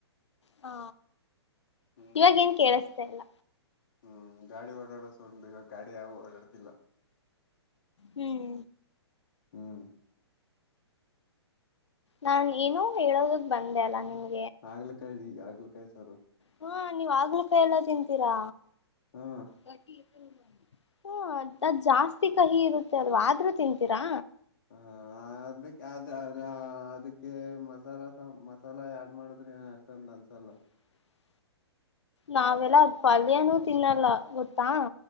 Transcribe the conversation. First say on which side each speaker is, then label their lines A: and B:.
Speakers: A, on the left; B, on the left.
A: ಹಾ
B: ಹ್ಮ್
A: ಇವಾಗೇನ್ ಕೇಳಿಸತಾ ಇಲ್ಲ
B: ಹ್ಮ್ ಗಾಡಿ ಓಡಾಡಸ <unintelligible> ಈವಾಗ ಗಾಡಿ ಯಾವು ಓಡಾಡ್ತಿಲ್ಲ
A: ಹ್ಮ್
B: ಹ್ಮ್
A: ನಾನ್ ಏನೋ ಹೇಳೋದಕ್ ಬಂದೆ ಅಲ್ಲ ನಿಮ್ಗೆ
B: ಆಗ್ಲ ಕಾಯ ರೀ ಆಗ್ಲ ಕಾಯ ಸಾರ
A: ಹಾ ನೀವ್ ಆಗ್ಲ ಕ ಎಲ್ಲ ತಿಂತೀರಾ
B: ಹಾ
A: ಹ್ಮ್ ಅದ್ ಜಾಸ್ತಿ ಕಹಿ ಇರುತ್ತೆ ಅಲ್ವಾ ಆದ್ರೂ ತಿಂತೀರಾ
B: ಹ ಅದಕ್ಕೆ ಅ ಅದ ಅದಕ್ಕೆ ಮಸಾಲ ಸ ಮಸಾಲ ಆಡ್ ಮಾಡುದ್ರೆ ಏನ್ ಅಷ್ಟ ಅಂತ ಅನ್ಸಲ್ಲ
A: <inaudible> ನಾವೆಲ್ಲ ಪಲ್ಯನೂ ತಿನ್ನಲ್ಲ ಗೊತ್ತಾ